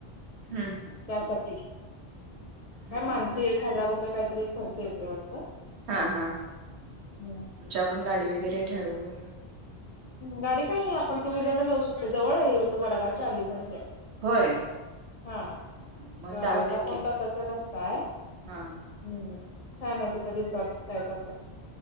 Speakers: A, on the right; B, on the left.
A: हम्म
B: त्यासाठी
A: हम्म
B: माणसी एक हजार रुपये काहीतरी खर्च येतोय वाटत
A: हा हा
B: हम्
A: म्हणजे आपण गाडी वगैरे ठरवू.
B: गाडी काही नाही आपण टू व्हीलर न जाऊ शकतो जवळ ये होतं वडगावच्या अलीकडच आहे.
A: होय
B: हा
A: मग
B: तर
A: चालतय
B: अर्धा पाऊण
A: की
B: तासाचा रस्ताय.
A: हा
B: हम्म छान आहे तिथं रिसॉर्ट टाईप अस.